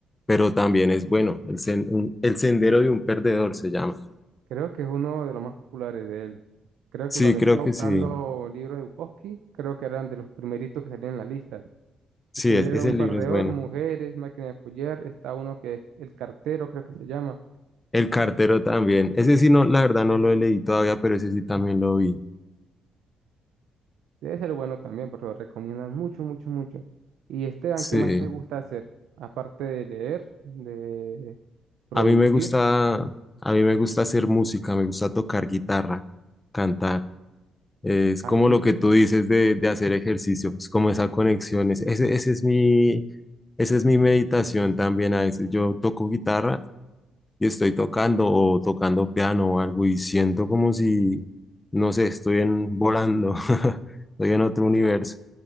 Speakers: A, on the left; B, on the right.
A: pero también es bueno. El, sen- un- El Sendero de un Perdedor se llama.
B: Creo que es uno de los más populares de él. Creo
A: Sí,
B: que cuando
A: creo
B: estaba buscando
A: que sí.
B: libros de Bukowski, creo que eran de los primeritos que salían en las listas.
A: Sí,
B: extender
A: es- ese
B: a un
A: libro
B: par de
A: es bueno.
B: or, mujeres, máquina de apoyar. Está uno que es el cartero, creo que se llama.
A: El cartero también. Ese sí, no, la verdad no lo leí todavía, pero ese sí también lo vi.
B: Debe ser bueno también, porque lo recomiendan mucho, mucho, mucho. Y Esteban,
A: Sí.
B: ¿qué más te gusta hacer? Aparte de leer, de producir.
A: A mí me gusta, a mí me gusta hacer música, me gusta tocar guitarra, cantar. Es
B: Ah,
A: como
B: sí,
A: lo que tú dices de, de hacer ejercicio, es como esa conexión. es- Ese, ese es mi, esa es mi meditación también. A veces yo toco guitarra y estoy tocando o tocando piano o algo y siento como si, no sé, estoy en, volando, <laughs> estoy en otro universo.